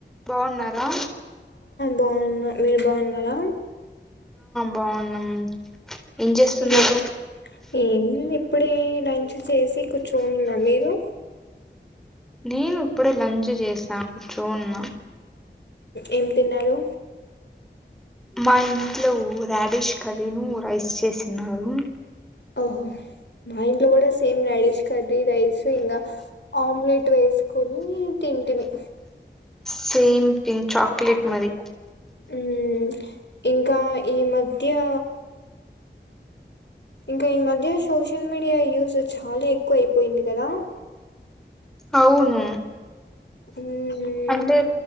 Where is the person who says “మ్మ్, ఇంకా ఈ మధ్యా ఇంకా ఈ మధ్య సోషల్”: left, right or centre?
Left